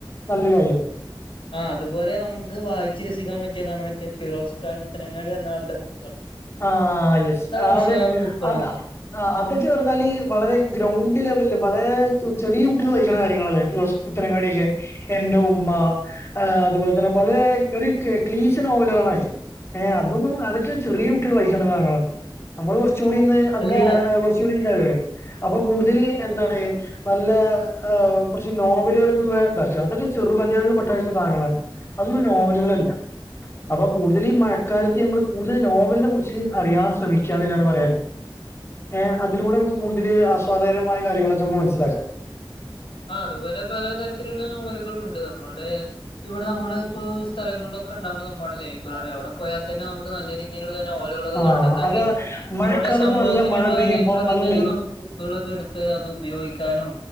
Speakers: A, on the left; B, on the left.
A: നല്ലൊരു കാര്യം
B: ആ അതുപോലെ നമുക്ക് വായിച്ച് രസിക്കാൻ പറ്റ്യേതാണ് മറ്റേ ഫിറോസ് ഖാൻ പുത്തനങ്ങാട് എന്ന ആൾടെ ബു
A: ആ യെസ്
B: ഉഷാറ്
A: ആതെ
B: ബുക്കുകളാണ്
A: അത അതാ ചേർന്നാല് വളരെ ഗ്രൗണ്ട് ലെവൽ പലേ ചെറിയ കുട്ട്യെള് വായിക്കുന്ന കാര്യങ്ങളല്ലേ ഫിറോസ് പുത്രനങ്ങാട്യൊക്കെ എന്റെ ഉമ്മ ഏ അതുപോൽ തന്നെ പലേ ഒരു ക് ക്ലീശ നോവലാണ് <unintelligible> അതൊന്നും അതൊക്കെ ചെർയെ കുട്ട്യെൾ വായിക്കണതാകണ നമ്മള് കുറച്ചുകൂടിന്ന് അപ്ഗേഡകാ
B: അല്ല
A: കൊർച്ചൂടി <unintelligible> അപ്പൊ കൂടുതൽ എന്താണ് നല്ല ഏ കൊർച്ച് നോവലേൾ ഒക്കെന്ന് ഇതാക്കാ ചെറുവചനങ്ങൾല് <unintelligible> അതൊന്നും നോവലുകളൾ അല്ല അപ്പൊ കൂടുതൽ ഈ മഴക്കാലത്ത് നമ്മള് കൂടുതൽ നോവൽനെ കുറിച്ച് അറിയാൻ ശ്രമിക്കാന്നിള്ളാണ് പറയാൻ ഏർ അതിലൂടെ നമുക്ക് കൂടുതല് ആസ്വാദകരമായ കാര്യങ്ങളൊക്കെ നമ്മക്ക് മനസ്സിലാക്കാം
B: ആ അതുപോലെ പലതരത്തിലുള്ള നോവലുകള ഉണ്ട് നമ്മളുടെ ഇവിടെ നമ്മള് ഇപ്പോ സ്ഥലങ്ങളിലൊക്കെ ഇണ്ടാവ്ണെ സംഭവാണ് ലേ അവ്ടെ പോയാ തന്നെ നമുക്ക് നല്ല രീതീലിള്ള നോവലുകൾ ഒക്കെ
A: ആഹ്
B: കണ്ടെത്താൻ
A: അതാ
B: കഴിയും
A: മഴക്കാലത്ത്
B: നമ്മുടെ സമൂഹത്തിലുള്ള
A: നല്ല മഴ പെയ്യുമ്പോ
B: ലൈബ്രറീന്ന്
A: നല്ല
B: തന്നെ
A: ലൈ
B: നമുക്ക് ബുക്കുകൾ എടുത്ത് അത് ഉപയോഗിക്കാനും